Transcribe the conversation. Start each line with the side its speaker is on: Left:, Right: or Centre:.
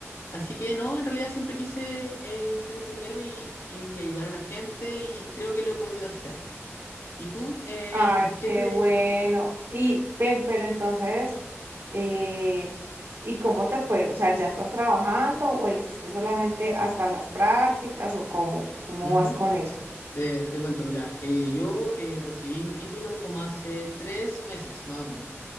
Left: Así que no, en realidad siempre quise eh, ser enfermero y, y ayudar a la gente y creo que lo he podido hacer. ¿Y tú, eh,
Right: Ay,
Left: en
Right: qué
Left: qué te...
Right: bueno. Y ven, pero entonces... Eh, ¿y cómo te fue? O sea, ¿ya estás trabajando o hiciste solamente hasta las prácticas o cómo? ¿Cómo
Left: Ujú,
Right: vas con eso?
Left: Te, te cuento, mira, eh, yo eh, recibí mi título como hace tres meses, más o menos.